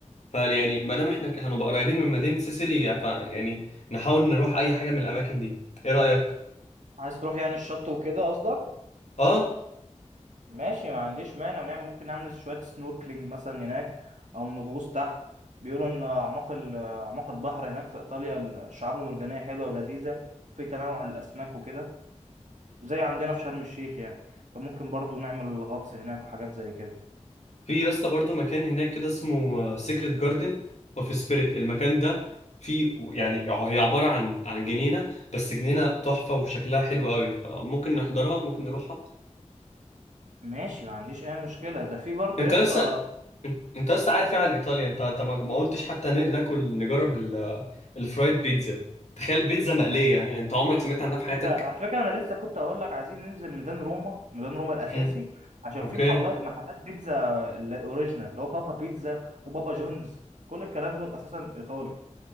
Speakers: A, on the left; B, on the right.
A: فيعني ما دام احنا هنبقى قريبين من مدينه سيسيلي ف يعني نحاول نروح اي حاجه من الاماكن دي ايه رايك
B: عايز تروح يعني الشط وكده قصدك
A: اه
B: ماشي ما عنديش مانع ونعمل ممكن نعمل شوية سنوركلينج مثلا هناك أو نغوص تحت بيقولوا إن أعماق ال- أعماق البحر هناك في إيطاليا الشعاب المرجانية حلوة ولذيذة في تنوع الأسماك وكده زي عندنا في شرم الشيخ يعني فممكن برضو نعمل غطس هناك وحاجات زي كده
A: في يا اسطى برضو مكان هناك كده اسمه سيكريت جاردن اوف سبيريت المكان ده في يعني هي عباره عن عن جنينه بس جنينه تحفه وشكلها حلو قوي فممكن نحضرها ممكن نروحها
B: ماشي ما عنديش أي مشكلة ده في برضو
A: انت
B: يا اسطى
A: لسه انت لسه عارف ايه عن ايطاليا انت انت ما ما قلتش حتى ن- ناكل نجرب ال- الفرايد بيتزا تخيل بيتزا مقليه يعني انت عمرك سمعت
B: على
A: عنها في حياتك
B: فكرة على فكرة أنا لسه كنت هقول لك عايزين ننزل ميدان روما ميدان روما الأساسي
A: امم
B: عشان
A: اوكي
B: في محلات محلات بيتزا ال- الأوريجينال اللي هو بابا بيتزا وبابا جونز كل الكلام دول أساسا إيطالي